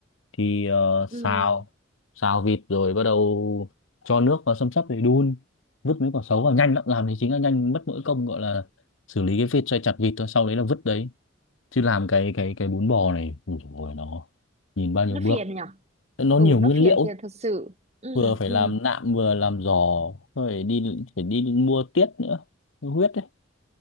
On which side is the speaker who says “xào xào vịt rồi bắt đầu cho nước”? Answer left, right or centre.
Left